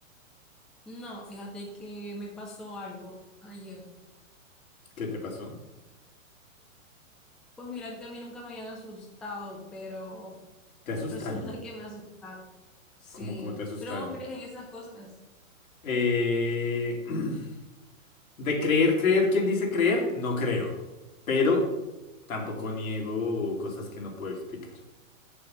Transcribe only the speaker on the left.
¿qué te pasó?
¿Te asustaron?
¿Cómo, cómo te asustaron?
Eh, <clears throat> de creer, creer, ¿quién dice creer? No creo. Pero tampoco niego cosas que no puedo explicar.